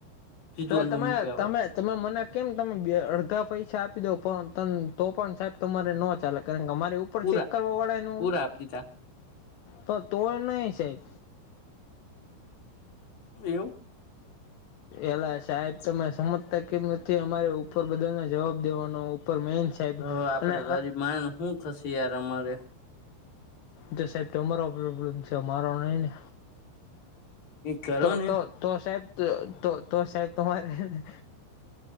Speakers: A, on the left; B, on the left.
A: સીધું
B: એ
A: અંદર
B: તમે
A: મૂકી આવો
B: તમે તમે મને કેમ તમે અડધા પૈસા આપી દો પણ ત તો પણ સાહેબ તોરે ન ચાલે કારણ કે અમારે ઉપર
A: પૂરા
B: ચેક કરવા વળા ન હોય.
A: પૂરા આપ દીધા
B: તો તોડ ન સાહેબ.
A: એવું?
B: એલા સાહેબ તમે સમજતાકી નથી અમારે ઉપર બધાને જવાબ દેવાનો ઉપર મેન સાહેબ
A: તોવે આપડે
B: અને
A: ગરીબ માણે ને શું થશે યાર અમારે.
B: તો સાહેબ તમારો પ્રોબ્લેમ છે મારો નહી ને.
A: કરો
B: તો
A: ને
B: તો તો સાહેબ તો સાહેબ તમારે